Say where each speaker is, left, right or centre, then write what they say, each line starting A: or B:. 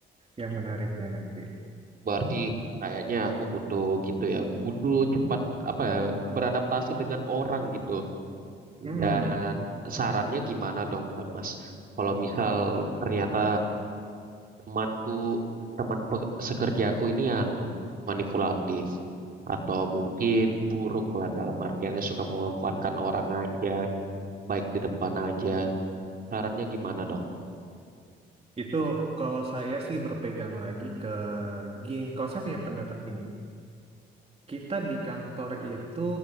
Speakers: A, on the right; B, on the right.
A: yang menariknya nanti.
B: Berarti kayaknya aku butuh gitu ya, butuh cepat apa ya, beradaptasi dengan orang gitu.
A: Hmm,
B: Dan sarannya gimana dong, Mas? Kalau misal ternyata temanku, teman pe- sekerjaku ini anu manipulatif atau mungkin buruk lah dalam artiannya suka memanfaatkan orang aja, baik di depan aja. Sarannya gimana dong?
A: itu kalau saya sih berpegang lagi ke gini, kalau saya punya pendapat gini, kita di kantor itu